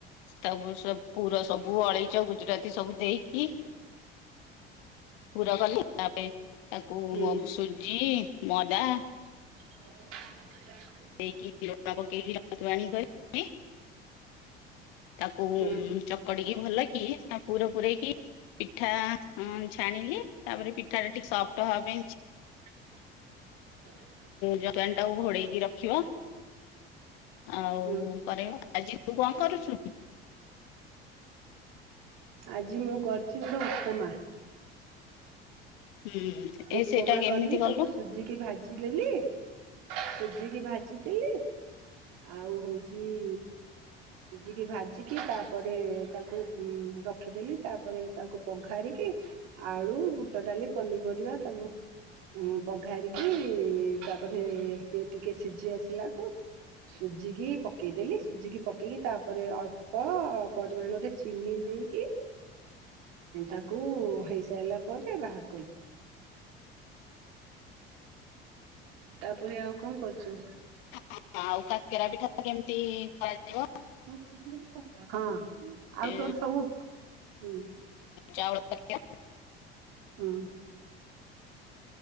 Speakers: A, on the left (about 65°); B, on the right (about 60°).
A: ତାକୁ ପୁର ସବୁ ଅଳେଇଚ ଗୁଜୁରାତି ସବୁ ଦେଇକି। କି ପୁର କଲେ ତାପ ତାକୁ
B: ହୁଁ
A: ସୁଜି ଅଧା।
B: <inaudible>
A: ଦେଇକି ପକେଇ କରି ତାକୁ
B: ହୁଁ
A: ଚକଡିକି ଭଲ କିି ତା ପୁର ପୂରେଇକି ପିଠା ଛାଣିଲି ତାପରେ ପିଠା ଟା ଟଠିକ ସଫ୍ଟ ହବା ପାଇଁ
B: <unintelligible>
A: ଯୋକାନ ଟାକୁ ଘୋଡେଇକି ରଖିବ। ଆଉ
B: ହୁଁ
A: କର ଆଜି ତୁ କଣ କରୁଛୁ?
B: ଆଜି ମୁଁ କରିଛି ଗୋଟେ ଉପମା
A: ହୁଁ ଏ
B: ଉପମା
A: ସେଇଟା କେମିତି
B: କଲି
A: କଲୁ
B: ତାକୁ ସୁଜିକି ଭାଜିିଲେଲି ହୁ। ଭଜିକି ଭାଜିଦେଲେ ଆଉ ହଉଛି। ଜି ସିଝିକି ଭାଜିକି ତାପରେ ତାକୁ ରଖିଦେଲି ତାପରେ ତାକୁ ପଘାରିକି ଆଳୁ ବୁଟ ଡାଲି ପନିପରିବା ତାକୁ ପଘାରିକି ତାପରେ ସି ଟିକେ ସିଝି ଆସିଲାଠୁ ସୁଝିକି ପକେଇଦେଲି ସୁଝିକି ପକେଇକି ତାପରେ ଅଳ୍ପ ପରିମାଣରେ ଚିନି ଦେଇକି ତାକୁ ହେଇସାରିଲା ପରେ ବାହାର ତାପରେ ଆଉ କଣ କରୁଛୁ?
A: ହଁ ଆଉ କାକେରା ପିଠା କେମିତି କରାଯିବ?
B: <unintelligible> ହଁ ଆଉ
A: ଏ
B: ତୋର ସବୁ ହୁଁ
A: ଚାଉଳ କାକେରା
B: ହୁଁ।